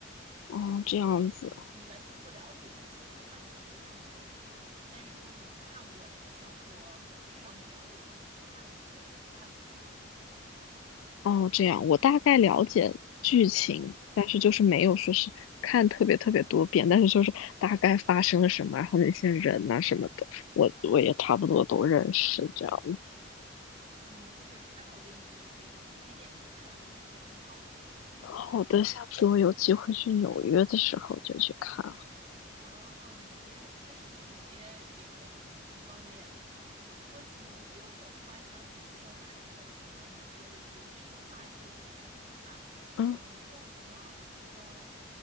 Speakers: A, on the left; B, on the right.
A: 哦，
B: 如果你你完全不了解剧情的话，
A: 这样子，
B: 你可能会看不懂，但是如果你看过那个小说，至少你了解剧情的话，你就会看得比较舒服。
A: 哦，这样。我大概了解剧情，
B: 嗯
A: 但是就是没有说是看特别特别多遍，但是就是大概发生了什么，然后那些人呐、什么的，我我也差不多都认识，这样。
B: 嗯，确实，那我觉得你还是可以推荐你去看一下，其实挺好的。
A: 好的，下次我有机会去纽约的时候就去看。
B: 哦，纽约确实是纽约也可以，挺方便的。说起纽约，我突然想起之前我还是很喜欢纽约的一个，也是一个话剧舞台剧吧，
A: 嗯，
B: 嗯、叫什么？呃，